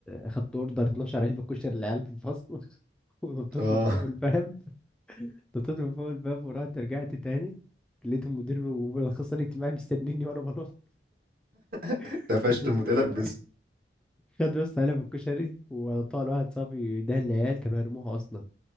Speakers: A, in the centre; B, on the right.
A: خدت اوردر 12 علبة كشري للعيال في الفصل <laughs> ونطيت
B: اه
A: من فوق الباب نطيت من فوق الباب ورحت رجعت تاني لقيت المدير والاخصائي الاجتماعي مستنيني وانا بنط
B: <laughs>
A: <laughs>
B: اتقفشت
A: يسيبوني
B: متلبس
A: خد بس علب الكشري وطال واحد صاحبي ده العيال كانوا هيرموها اصلا